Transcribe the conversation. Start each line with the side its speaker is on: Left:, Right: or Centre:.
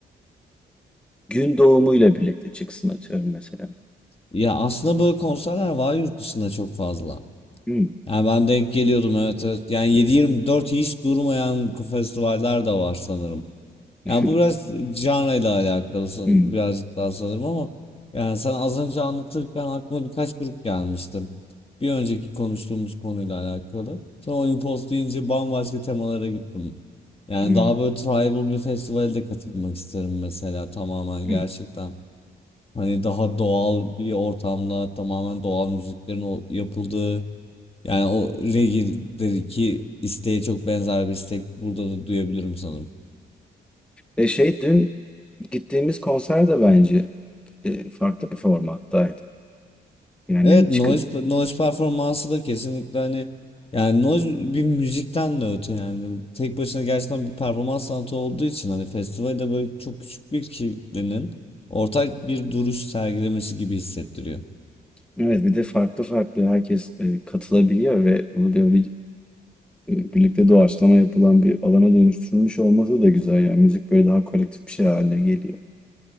Centre: gün doğumuyla birlikte çıksın atıyorum mesela.
Left: Ya aslında böyle konserler var yurt dışında çok fazla.
Centre: Hmm,
Left: Yani ben denk geliyordum evet evet. Yani 7-24 hiç durmayan festivaller de var sanırım.
Centre: <laughs>
Left: Yani bu biraz janrayla alakalı san-
Centre: hmm,
Left: birazcık daha sanırım ama yani sen az önce anlatırken aklıma birkaç grup gelmişti. Bir önceki konuştuğumuz konuyla alakalı. Sonra Olympos deyince bambaşka temalara gittim. Yani
Centre: hmm,
Left: daha böyle tribal bir Festival'de katılmak isterim mesela tamamen
Centre: hmm.
Left: gerçekten. Hani daha doğal bir ortamda tamamen doğal müziklerin o yapıldığı yani o reggae'deki isteğe çok benzer bir istek burada da duyabilirim sanırım.
Centre: E şey dün gittiğimiz konser de bence e, farklı bir formattaydı. Yani
Left: Evet
Centre: hani çıkıp
Left: noise, noise performansı da kesinlikle hani yani noise bir müzikten de öte yani tek başına gerçekten bir performans sanatı olduğu için hani festivalde böyle çok küçük bir kitlenin ortak bir duruş sergilemesi gibi hissettiriyor.
Centre: Evet, bir de farklı farklı herkes, eee, katılabiliyor ve bunu böyle, eee, birlikte doğaçlama yapılan bir alana dönüştürülmüş olması da güzel. Yani müzik böyle daha kolektif bir şey haline geliyor.